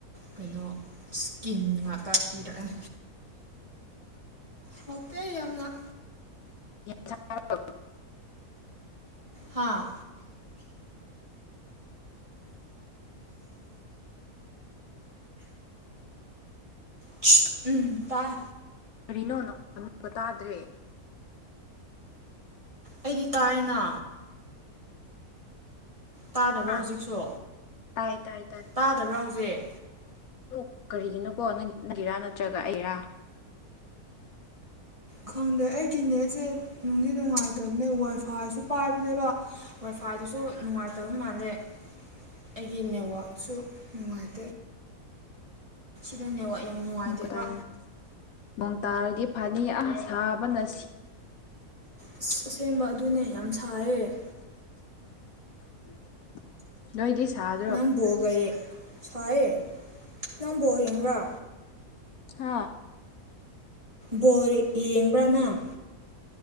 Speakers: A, on the right; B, on the left.
A: ꯀꯩꯅꯣ ꯏꯁꯀꯤꯟ ꯉꯥꯠꯇꯥ ꯄꯤꯔꯛꯑꯦ ꯐꯠꯇꯦ ꯌꯥꯝꯅ
B: <unintelligible>
A: ꯍꯥꯥ <unintelligible> ꯎꯝ ꯇꯥꯏ
B: ꯀꯔꯤꯅꯣ ꯅꯈꯣꯟ ꯇꯥꯗ꯭ꯔꯦ
A: ꯑꯩꯗꯤ ꯇꯥꯏꯅ ꯇꯥꯗꯕ꯭ꯔꯥ
B: ꯍꯥ?
A: ꯍꯧꯖꯤꯛꯁꯨ
B: ꯇꯥꯏ ꯇꯥꯏ ꯇꯥꯏ
A: ꯇꯥꯗꯕ꯭ꯔꯥ ꯍꯧꯖꯤꯛ
B: <unintelligible> ꯀꯔꯤꯒꯤꯅꯣꯀꯣ ꯅꯪ ꯅꯪꯒꯤꯔꯥ ꯅꯠꯇ꯭ꯔꯒ ꯑꯩꯔꯥ
A: ꯈꯪꯗꯦ ꯑꯩꯒꯤ ꯅꯦꯠꯁꯦ ꯅꯨꯡꯗꯤ ꯅꯨꯡꯉꯥꯏꯇꯕꯅꯦ ꯋꯥꯏꯐꯥꯏꯁꯨ ꯄꯥꯏꯕꯅꯦꯕ ꯋꯥꯏꯐꯥꯏꯗꯨꯁꯨ ꯅꯨꯡꯉꯥꯏꯇꯕ ꯃꯥꯜꯂꯦ ꯑꯩꯒꯤ ꯅꯦꯠꯋꯥꯛꯁꯨ ꯅꯨꯡꯉꯥꯏꯇꯦ ꯁꯤꯗ ꯅꯦꯠꯋꯥꯛ
B: <unintelligible>
A: ꯌꯥꯝ ꯅꯨꯡꯉꯥꯏꯇꯦꯕ
B: ꯇꯥꯔꯦ ꯅꯣꯡ ꯇꯥꯔꯗꯤ ꯐꯅꯤ ꯑ ꯁꯥꯕꯅ ꯁꯤ
A: ꯑꯁ ꯑꯁꯦꯡꯕ ꯑꯗꯨꯅꯦ ꯌꯥꯝ ꯁꯥꯏꯌꯦ
B: <inaudible> <inaudible> ꯅꯣꯏꯒꯤ ꯁꯥꯠ
A: ꯅꯪ ꯕꯣꯜꯒ ꯌꯦ ꯁꯥꯏꯌꯦ ꯅꯪ ꯕꯣꯜ ꯌꯦꯡꯕ꯭ꯔꯥ
B: ꯍꯥꯥ
A: ꯕꯣꯜ ꯌꯦꯡꯕ꯭ꯔꯥ ꯅꯪ